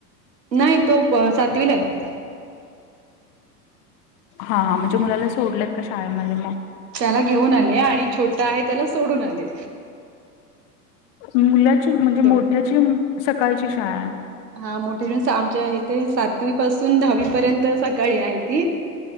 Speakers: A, on the right (about 85°); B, on the left (about 50°).
A: नाही तो सातवीला आहे
B: हा म्हणजे मुलाला सोडलेत का शाळेमध्ये मग
A: त्याला घेऊन आले आणि छोटा आहे त्याला सोडून आले
B: मुलाची म्हणजे मोठ्याची
A: दोघ
B: सकाळची शाळा आहे
A: हा मोठे आमच्या इथे सातवी पासून दहावी पर्यंत सकाळी आहे ती